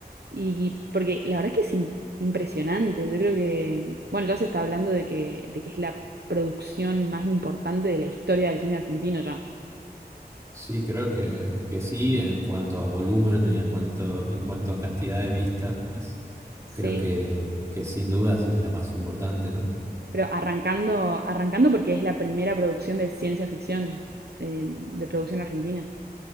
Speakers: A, on the right; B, on the right.
A: Y porque la verdad que es im- impresionante. Yo creo que, bueno, ya se está hablando de que, de que es la producción más importante de la historia del cine argentino ya.
B: Sí, creo que, que sí, en cuanto a volumen y a cuanto, en cuanto a cantidad de vistas,
A: Sí.
B: creo que, que sin dudas es la más importante, ¿no?
A: Pero arrancando, arrancando porque es la primera producción de ciencia ficción eh, de producción argentina.